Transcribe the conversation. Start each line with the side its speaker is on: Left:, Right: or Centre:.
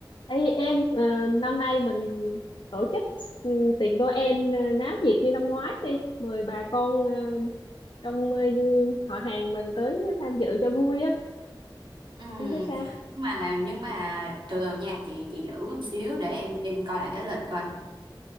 Left: Ê em ờ, năm nay mình tổ chức ừ, tiệc Noel uh, náo nhiệt như năm ngoái đi mời bà con ờ, trong ờ, họ hàng mình tới tham dự cho vui á
Right: Ừ,
Left: em thấy sao
Right: nhưng mà nhưng mà từ từ nha chị chị giữ một xíu để em em coi lại cái lịch coi